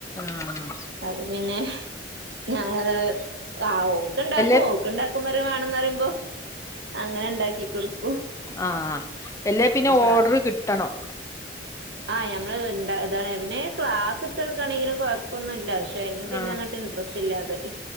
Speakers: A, on the left (about 15°); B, on the right (about 65°).
A: ആഹ്
B: അപ്പൊ പിന്നെ ഞാൻ അതാണങ്ങ് ആ ഓക്ക ഇണ്ടാക്കും.
A: എല്ലേ
B: രണ്ടാകും പര വണന്ന് പ പറയുമ്പോ അങ്ങനെ ഉണ്ടാക്കികൊടുകും
A: ആഹ അല്ലേ പിന്നെ
B: സാധനം
A: ഓർഡ്രെ കിട്ടണം.
B: ആഹ് ഞമ്മള് ഉണ്ടാക്കി പിന്നെ ക്ലാസ് എടുത്ത്ടുക്കാണെങ്കിലും ഒന്നൂല്ല പക്ഷെ അയിന് പിന്നെ
A: ആഹ്
B: ഇങ്ങട്ട് ഇൻട്രറ്രസ്റ്റ് ഇല്ലാതായി.